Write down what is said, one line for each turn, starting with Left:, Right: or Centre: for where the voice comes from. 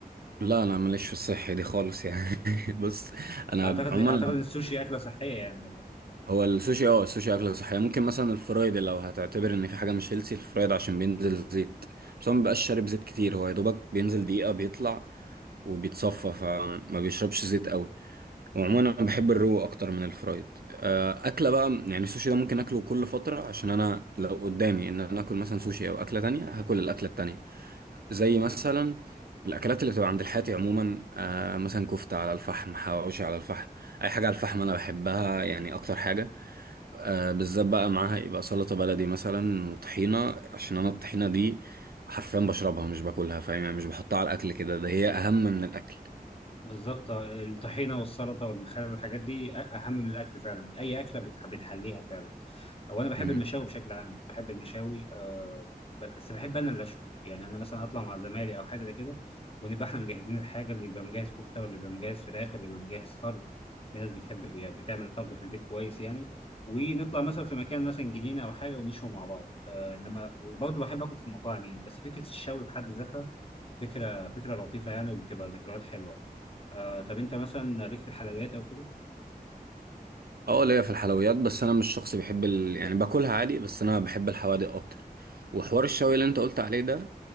Right: لا انا ماليش في الصحة دي خالص يعني <laughs> بص انا
Left: اعتقد
Right: عموما
Left: اعتقد ان السوشي اكله صحيه يعني ولا ايه
Right: هو السوشي اه السوشي اكله صحيه ممكن مثلا الفرايد لو هتعتبر ان في حاجه مش هيلسي الفرايد عشان بينزل زيت بس هو مبيبقاش شارب زيت كتير هو يا دوبك بينزل دقيقه بيطلع وبيتصفى فما بيشربش زيت قوي وعموما انا بحب الرو اكتر من الفرايد آه، اكله بقى يعني السوشي ده ممكن اكله كل فتره عشان انا لو قدامي ان انا اكل مثلا سوشي او اكله تانية هاكل الاكله التانية زي مثلا الاكلات اللي بتبقى عند الحاتي عموما آه مثلا كفته على الفحم حواوشي على الفحم اي حاجه على الفحم انا بحبها يعني اكتر حاجه آه بالذات بقى معاها يبقى سلطة بلدي مثلا وطحينة عشان انا الطحينة دي حرفيا بشربها مش باكلها فاهم يعني مش بحطها على الاكل كده ده هي اهم من الاكل
Left: بالظبط آه، الطحينه والسلطه والمخلل والحاجات دي أ- اهم من الاكل فعلا اي اكله بتح- بتحليها فعلا او انا بحب
Right: مم.
Left: المشاوي بشكل عام بحب المشاوي آه، ب- بس بحب انا اللي اشوي يعني انا مثلا اطلع مع زمايلي او حاجه زي كده ونبقى احنا مجهزين الحاجه اللي يبقى مجهز كفته واللي يبقى مجهز فراخ واللي يبقى مجهز طرب في ناس بتحب يعني بتعمل الطبخ في البيت كويس يعني ونطلع مثلا في مكان مثلا جنينه او حاجه ونشوي مع بعض آه انما وبرضه بحب اكل في مطاعم يعني بس فكره الشوي بحد ذاتها فكره فكره لطيفه يعني وبتبقى ذكريات حلوه آه طب انت مثلا ليك في الحلويات او كده
Right: اه ليا في الحلويات بس انا مش شخص بيحب ال... يعني باكلها عادي بس انا بحب الحوادق اكتر وحوار الشوي اللي انت قلت عليه ده